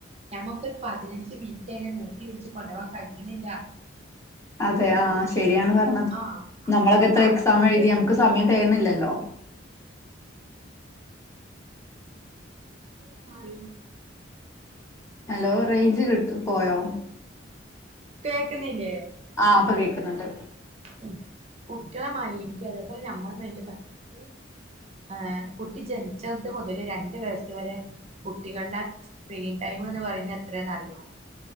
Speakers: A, on the right (about 35°); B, on the left (about 15°).
A: ഞമ്മുക്ക് ഒരു പതിനഞ്ച് മിനിറ്റ് നീട്ടി വലിച്ച് കൊണ്ട് പോവാൻ കയിന്നില്ലാ
B: അതെ ആഹ് ശെരിയാണ് പറഞ്ഞത്
A: ആഹ്
B: ഞമ്മളൊക്കെ എത്ര
A: ആഹ്
B: എക്സാം
A: ഇതിന്റെ
B: എഴുതി ഞമ്മക്ക് സമയം തേകയിന്നില്ലാ
A: <unintelligible>
B: ഹലോ റേയ്ഞ്ച് കിട്ടി പോയോ
A: കേക്ക്ന്നില്ലേ
B: ആഹ് ഇപ്പേ കേക്ക്ന്ന് ഇണ്ട്
A: ഉം കുട്ടികളെ <unintelligible> അതേപോലെ ഞമ്മളെ <unintelligible> ആഹ് കുട്ടി ജെനിച്ചത് മൊതല് രണ്ട് വയസ്സ് വേരെ കുട്ടികള്ടെ സ്ക്രീൻ ടൈം എന്ന് പറയ്ന്നത് എത്രയാന്ന് അറിയോ